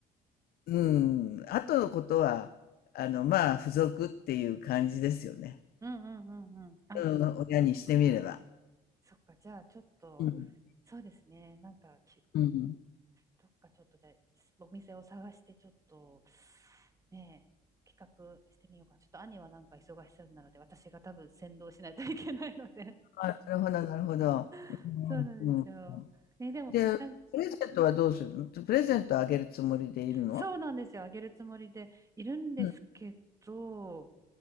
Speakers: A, on the left (about 65°); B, on the right (about 20°).
A: うん、あとのことは、あの、まあ、付属っていう感じですよね。
B: うんうんうんうん。あ、
A: うん、親にしてみれば。
B: そっか。じゃあ、ちょっと、
A: うん、
B: そうですね。なんか、き
A: うん。
B: どっかちょっと、じゃあ、お店を探して、ちょっと、ねえ、企画してみようかな。ちょっと兄はなんか忙しそうなので、私が多分先導しないといけないので。
A: あ、なるほど、なるほど。
B: <laughs>
A: うん、
B: そうなんですよ。
A: うん。うん
B: ね、でも、
A: で、
B: なん、
A: プレゼントはどうするのプレゼントあげるつもりでいるの
B: そうなんですよ。あげるつもりでいるんですけど、
A: うん。